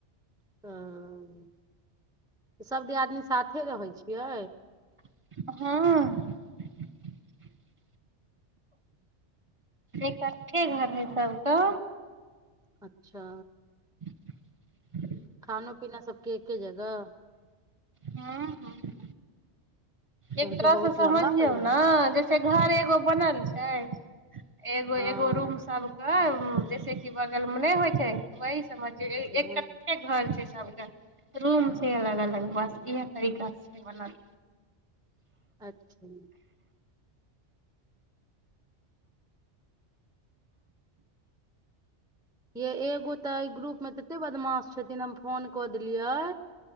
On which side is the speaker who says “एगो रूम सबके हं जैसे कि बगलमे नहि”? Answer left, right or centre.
Right